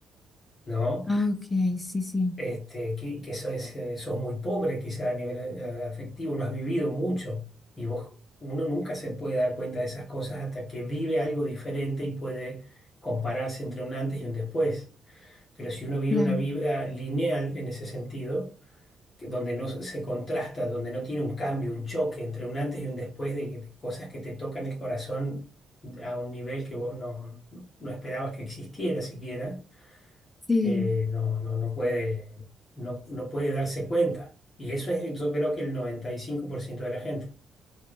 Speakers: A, on the left; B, on the left.
A: ¿no?
B: Ah, ok, sí, sí,
A: Este, que, que sos, eh, sos muy pobre, quizá a nivel eh, afectivo, no has vivido mucho. Y vos, uno nunca se puede dar cuenta de esas cosas hasta que vive algo diferente y puede compararse entre un antes y un después. Pero si uno vive
B: claro,
A: una vida lineal en ese sentido, que donde no se se contrasta, donde no tiene un cambio, un choque entre un antes y un después de, de cosas que te tocan el corazón a un nivel que vos no, no esperabas que existiera siquiera,
B: sí.
A: eh, no, no, no puede, no, no puede darse cuenta. Y eso es, yo creo que el noventa y cinco por ciento de la gente.